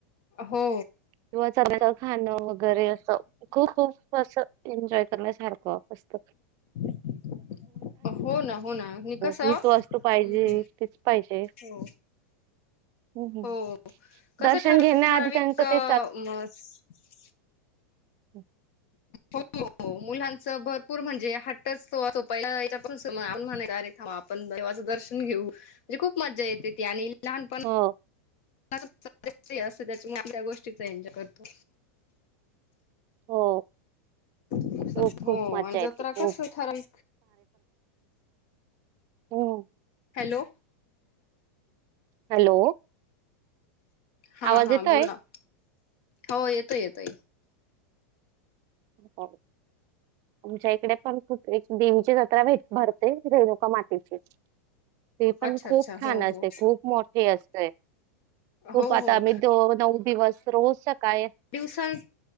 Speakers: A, on the left; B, on the right.
A: हो
B: किंवा चण्याच खाणं वगैरे अस खूप खूप अस एन्जॉय करण्यासारखंस्त
A: ठीक हो ना हो ना म कसम्
B: हीच वस्तू पाहिजे तीच पाहिजे.
A: हो
B: हम्म.
A: हो कस
B: दर्शन
A: ठराविक
B: घेण्याआधी
A: ठरावीक
B: त्यांचं
A: काम
B: ते
A: ह मस्
B: हम्
A: हम मुलांच भरपूर म्हणजे हटच तो सोपाला म्ह अरे आपण देवाचं दर्शन घेऊ म्हणजे खूप मजा येते ती आणि लहानपण
B: हो
A: अस त्या त्या गोष्टीचा एनजॉय करतो
B: हो
A: धतग
B: खूप खूप
A: हो
B: मज्जा
A: आणि जत्रा
B: येते खूप
A: कस ठरल
B: हम्
A: हॅलो
B: हॅलो
A: हा
B: आवाज
A: हा
B: येतोय?
A: बोला हो येतोय येतोय
B: ह ब आमच्या इकडे पण खूप एक देवीची जत्रा भेट भरते रेणुका मातेची ते पण
A: अच्छा
B: खूप
A: अच्छा
B: छान
A: हो
B: असते
A: हो
B: खूप मोठे असते खूप
A: हो
B: आता
A: हो
B: आम्ही द नऊ दिवस रोजच्या काय
A: दिवसा